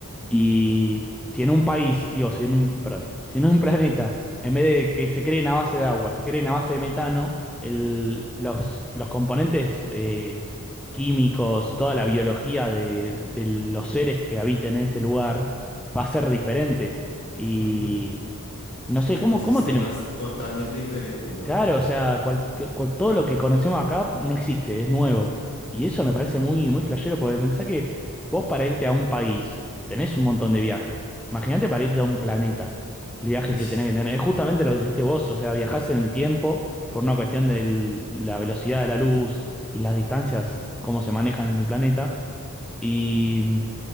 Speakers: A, in the centre; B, on the left.
A: Y si en un país, digo, si en un, perdón, si en un <laughs> planeta, en vez de que se creen a base de agua, se creen a base de metano, el- los, los componentes eh, químicos, toda la biología de, de los seres que habiten en ese lugar va a ser diferente. Y
B: Ujú.
A: y no sé,
B: Ecosistemas
A: ¿cómo, cómo tenemos?
B: totalmente diferentes, ¿no?
A: Claro, o sea, cual- que- cual- todo lo que conocemos acá no existe, es nuevo. Y eso
B: Ujú.
A: me parece muy, muy flashero, porque pensá que vos para irte a un país tenés un montón de viajes. Imagínate para irte a un planeta, el viaje
B: Ish.
A: que tenés que tener. Es justamente lo que dijiste vos, o sea, viajás en el tiempo por una cuestión
B: Ujú.
A: de la velocidad de la luz y las distancias, cómo se manejan en el planeta. Y